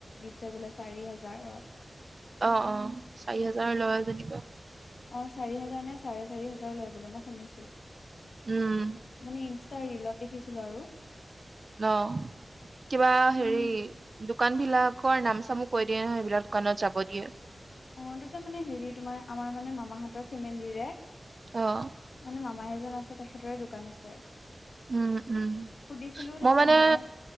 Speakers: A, on the left (about 85°); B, on the right (about 45°).
A: দিছে বোলে চাৰি হাজাৰত।
B: অহ', অহ'। চাৰি হাজাৰ লয় যেনিবা।
A: হয় চাৰি হাজাৰ নে ছাৰে চাৰি হাজাৰ লয় বোলে মই শুনিছোঁ
B: উম,
A: এটা ৰিলত দেখিছিলোঁ আৰু
B: অহ কিবা হেৰি
A: উম
B: দোকান বিলাকৰ নাম চামো কৈ দিয়ে নহয় সেইবিলাক দোকানত যাব দিয়ে
A: অ', তাতে মানে হেৰি তোমাৰ আমাৰ মানে মামাহঁতৰ ফেমিলিৰে
B: অ',
A: মানে মামা এজন আছে তেখেতৰে দোকান আছে
B: উম, উম,
A: সুধিছিলো
B: মই
A: তাৰপিছত
B: মানে
A: মামাই